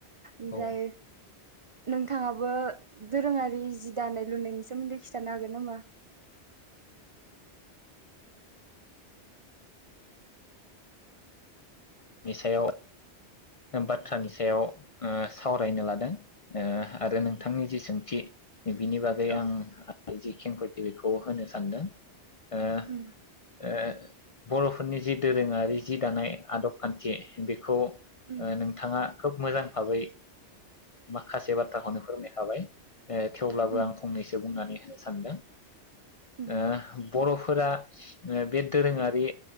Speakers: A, on the right; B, on the left.
A: ओमफ्राय
B: औ
A: नोंथाङाबो दोरोङारि जि दानाय लुनायनि सोमोन्दै खिथानो हागोन नामा
B: नि सायाव बाथ्रानि सायाव ओ सावरायनो लादों ओ आरो नोंथांनि जि सोंथि बिनि बागै
A: औ
B: आं जि खेंफोर बेखौ होनो सानदों ओ
A: उम
B: ओ बरफोरनि जि दोरोङारि जि दानाय आदब खान्थि बेखौ
A: उम
B: ओ नोंथाङा खोब मोजां भाबै माखासे बाथ्राखौनो फोरोमायखाबाय थेवब्लाबो
A: उम
B: आं फंनैसो बुंनानै सानदों
A: उम
B: ओ बरफोरा बे दोरोङारि